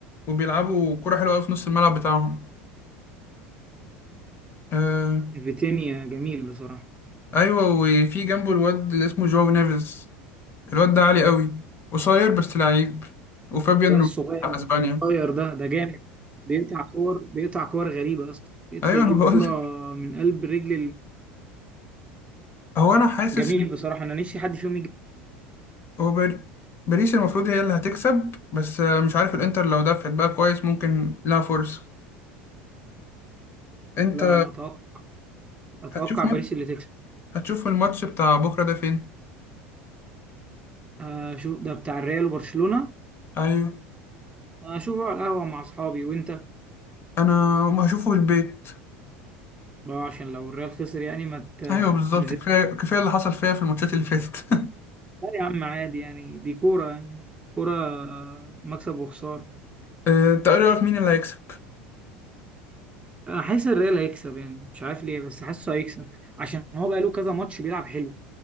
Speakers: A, on the left (about 40°); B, on the right (about 20°).
A: وبيلعبوا كرة حلوة أوي في نص الملعب بتاعهم آه
B: فيتينيا جميل بصراحة
A: أيوة وفي جنبه الواد اللي اسمه جواو نيفيز الواد ده عالي أوي قصير بس لعيب وفابيان
B: الواد
A: رو
B: الصغير
A: بتاع أسبانيا
B: الصغير ده ده جامد بيقطع كور بيقطع كور غريبة يا اسطى بيدخل
A: أيوة
B: يجيب
A: أنا بقولك
B: الكرة من قلب رجل ال-
A: هو أنا حاسس
B: جميل
A: إن
B: بصراحة انا نفسي حد فيهم يجي
A: هو بار- باريس المفروض هي اللي هتكسب بس آه، مش عارف الإنتر لو دفعت بقى كويس ممكن لها فرصة أنت
B: لا انا اتوقع اتوقع
A: هتشوف مر...
B: باريس اللي تكسب
A: هتشوف الماتش بتاع بكرة ده فين؟
B: اشوف ده بتاع الريال وبرشلونة
A: أيوة
B: اشوفه على القهوة مع اصحابي وانت
A: أنا ما هشوفه في البيت
B: لو عشان لو الريال خسر يعني ما ت-
A: ايوه
B: تبقاش
A: بالظبط
B: نزلت
A: كفايه كفايه اللي حصل فيها في الماتشات اللي فاتت
B: لا يا عم عادي يعني دي كورة يعني كورة آه، مكسب وخسارة
A: <laughs> آه، انت ايه رايك مين اللي هيكسب
B: انا حاسس الريال هيكسب يعني مش عارف ليه بس حاسه هيكسب عشان هو بقاله كذا ماتش بيلعب حلو